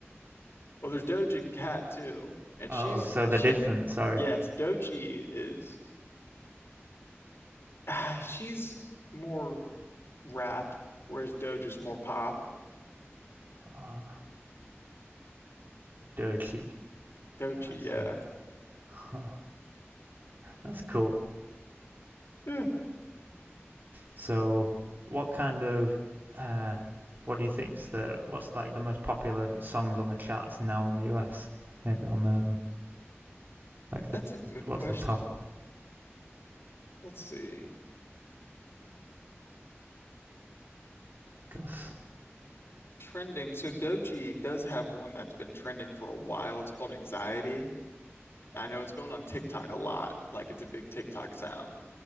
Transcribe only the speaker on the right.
<laughs>
oh,
so
they're different. Sorry.
Oh, dirty.
I see.
Oh, That's cool.
So, what kind of uh, what do you think's the what's like the most popular songs on the charts now in the US? Maybe I'll know them. Like
the
what's
the top?
Because